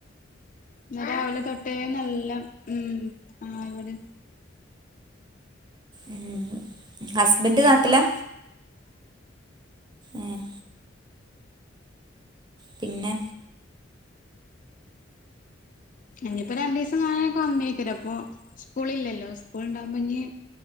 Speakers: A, on the left; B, on the right.
A: ഇന്ന് രാവിലെ തൊട്ടേ നല്ല ഉം ആഹ് ഇവിടിം
B: ഉം ഹസ്ബൻഡ്
A: ഇഞ്
B: നാട്ടിലാ
A: ഇപ്പോ
B: ഏഹ് പിന്നെ
A: ഇനിയിപ്പോ രണ്ടു ദിവസം മഴേക്ക കമ്മിയ്ക്കൂല അപ്പൊ സ്കൂളില്ലല്ലോ സ്കൂൾ ഉണ്ടാവുമ്പോ ഇഞ്